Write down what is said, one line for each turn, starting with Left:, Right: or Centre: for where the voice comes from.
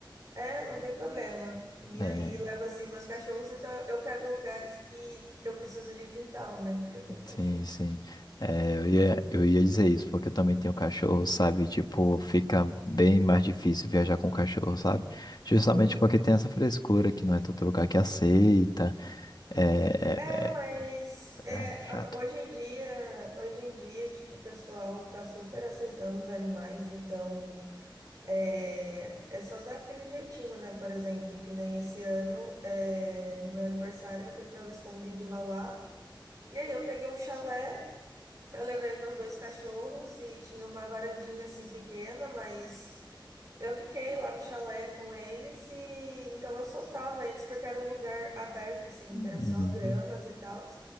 Right: É, não tem problema. E
Left: É.
Right: aí levo assim meus cachorros, então eu eu pego lugares que eu preciso de quintal, né? Porque eu tenho cachorros.
Left: Sim, sim. É, eu ia, eu ia dizer isso, porque eu também tenho cachorro, sabe? Tipo, fica bem mais difícil viajar com cachorro, sabe? Justamente
Right: Uhum.
Left: porque tem essa frescura que não é todo lugar que aceita. É,
Right: É,
Left: é,
Right: mas é,
Left: é, é chato.
Right: a- hoje em dia, hoje em dia, tipo, o pessoal tá super aceitando os animais, então é, é só dar aquele jeitinho, né? Por exemplo, que nem esse ano, é, no meu aniversário, eu fui pra Visconde de Mauá, e aí eu peguei um chalé, eu levei meus dois cachorros e tinha uma varandinha assim pequena, mas eu fiquei lá no chalé com eles e então eu soltava eles porque era um lugar aberto, assim,
Left: Uhum.
Right: que era só gramas e tal.